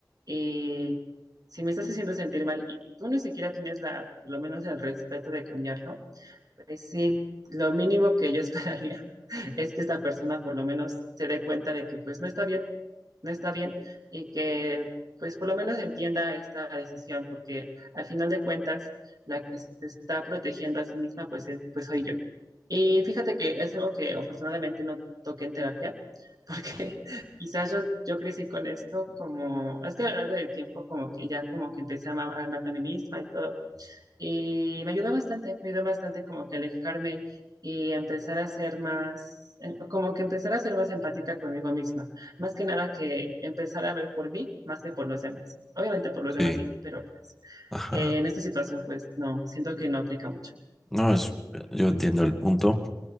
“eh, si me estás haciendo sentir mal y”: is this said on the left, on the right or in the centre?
Right